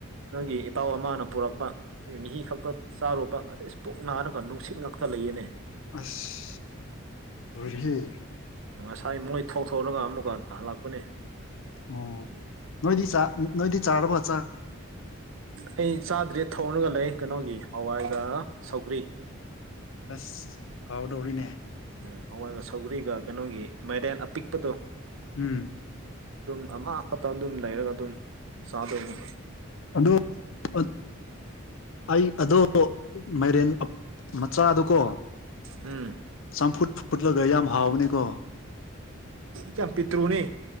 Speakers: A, on the right (about 70°); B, on the left (about 70°).
A: ꯅꯣꯏꯒꯤ ꯏꯇꯥꯎ ꯑꯃꯅ ꯄꯨꯔꯛꯄ ꯅꯒꯤ ꯃꯤꯤ ꯈꯛꯇ ꯆꯥꯔꯨꯕ ꯑꯗꯩ ꯏꯁ ꯄꯨꯛ ꯅꯥꯔꯒ ꯅꯨꯡꯁꯤꯠ ꯉꯛꯇ ꯆ ꯂꯩꯌꯦꯅꯦ
B: ꯑꯁ ꯔꯤꯍꯤ
A: ꯉꯁꯥꯏ ꯃꯣꯏ ꯊꯣꯛꯊꯣꯔꯔꯒ ꯑꯃꯨꯛꯀ ꯍꯜꯂꯛꯄꯅꯦ
B: ꯑꯣ ꯅꯗꯤ ꯆꯥ ꯅꯗꯤ ꯆꯥꯔꯕ ꯆ
A: ꯑꯩ ꯆꯥꯗ꯭ꯔꯦ ꯊꯧꯔꯒ ꯂꯩ ꯀꯩꯅꯣꯒꯤ ꯍꯋꯥꯏꯒ ꯁꯧꯒ꯭ꯔꯤ
B: ꯑꯁ ꯍꯥꯎꯗꯧꯔꯤꯅꯦ
A: ꯎꯝ ꯍꯋꯥꯏꯒ ꯁꯧꯒ꯭ꯔꯤꯒ ꯀꯩꯅꯣꯒꯤ ꯃꯥꯏꯔꯦꯟ ꯑꯄꯤꯛꯄꯗꯣ
B: ꯎꯝ
A: ꯑꯗꯨꯝ ꯑꯃꯈꯛꯇ ꯑꯗꯨꯝ ꯂꯩꯔꯒ ꯑꯗꯨꯝ ꯆꯥꯗꯣꯛꯑ ꯑꯗꯨ
B: ꯑ ꯑꯩ ꯑꯗꯣ ꯃꯥꯏꯔꯦꯟ ꯃꯆꯥꯗꯨꯀꯣ
A: ꯎꯝ
B: ꯌꯥꯝ ꯐꯨꯠ ꯐꯨꯠꯂꯒ ꯌꯥꯝ ꯍꯥꯎꯕꯅꯤꯀꯣ
A: ꯀ ꯄꯤꯇ꯭ꯔꯨꯅꯤ